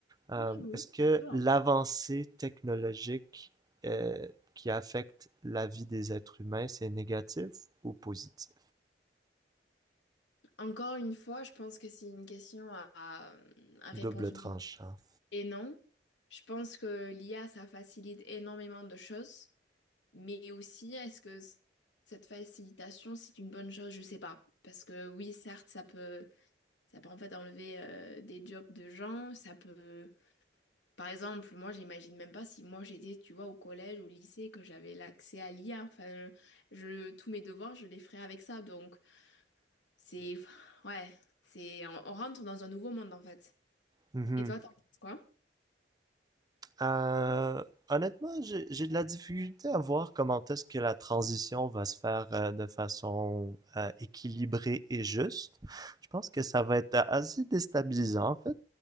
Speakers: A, on the right (about 20°); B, on the left (about 85°).
A: euh,
B: Ouais, oui,
A: est-ce que
B: ça peut. hein.
A: l'avancée technologique euh, qui affecte la vie des êtres humains, c'est négatif ou positif?
B: Encore une fois, je pense que c'est une question à, à à réponse
A: Double tranchant.
B: oui et non. Je pense que l'IA, ça facilite énormément de choses, mais aussi, est-ce que c- cette facilitation, c'est une bonne chose? Je sais pas. Parce que oui, certes, ça peut, ça peut en fait enlever euh, des jobs de gens, ça peut Par exemple, moi, j'imagine même pas si moi j'étais, tu vois, au collège, au lycée, que j'avais l'accès à l'IA. Enfin, je, tous mes devoirs, je les ferais avec ça. Donc, c'est, <laughs> ouais, c'est, on, on rentre dans un nouveau monde en fait.
A: Mhm.
B: Et toi, t'en penses quoi?
A: Euh, honnêtement, j'ai j'ai de la difficulté à voir comment est-ce que la transition va se faire euh, de façon euh, équilibrée et juste. Je pense que ça va être assez déstabilisant, en fait.